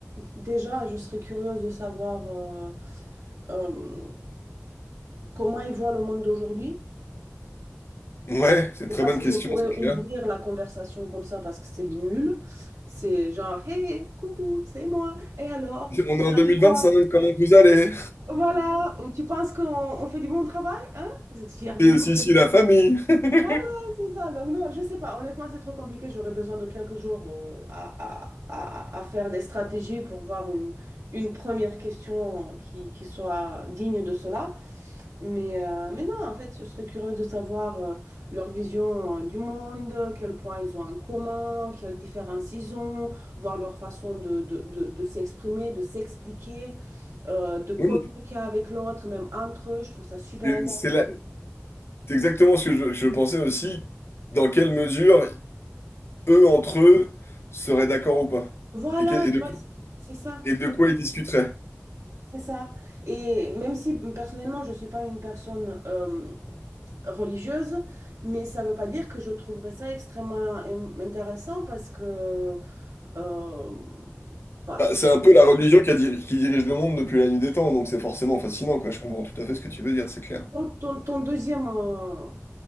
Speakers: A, on the right (about 80°); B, on the left (about 55°).
A: déjà, je serais curieuse de savoir euh, euh, comment ils voient le monde d'aujourd'hui.
B: Ouais,
A: Je
B: c'est une très
A: sais pas
B: bonne
A: si
B: question,
A: je pourrais
B: c'est clair.
A: ouvrir la conversation comme ça parce que c'est nul. C'est genre, hey, hey, coucou, c'est moi. Et alors,
B: On est en
A: t'as
B: deux
A: dit
B: mille
A: quoi?
B: vingt-cinq. comment vous allez?
A: Voilà, ou tu penses qu'on on fait du bon travail, hein? Vous êtes fiers de
B: Et
A: nous?
B: Si, si, la famille. <laughs>
A: Voilà, c'est ça. Donc non, je sais pas. Honnêtement, c'est trop compliqué. J'aurais besoin de quelques jours euh, à, à- à- à faire des stratégies pour voir une, une première question qui, qui soit digne de cela. Mais, euh, mais non, en fait, je serais curieux de savoir euh, leur vision euh, du monde, euh, quel point ils ont en commun, quelles différences ils ont, voir leur façon de, de, de, de s'exprimer, de s'expliquer, euh, de communiquer
B: Oui,
A: avec l'autre, même entre eux. Je trouve ça super
B: et
A: intéressant.
B: c'est la- c'est exactement ce que je, je pensais aussi, dans quelle mesure eux, entre eux, seraient d'accord ou pas.
A: Voilà,
B: Et, que-
A: tu
B: et de,
A: vois, c'est ça,
B: et de quoi ils discuteraient.
A: c'est ça. Et même si personnellement, je ne suis pas une personne euh, religieuse, mais ça ne veut pas dire que je trouverais ça extrêmement im- intéressant parce que... euh, Bah,
B: Bah, c'est un peu la religion qui, a diri- qui dirige le monde depuis la nuit des temps, donc c'est forcément fascinant, quoi. Je comprends tout à fait ce que tu veux dire, c'est clair.
A: donc, ton, ton deuxième, euh,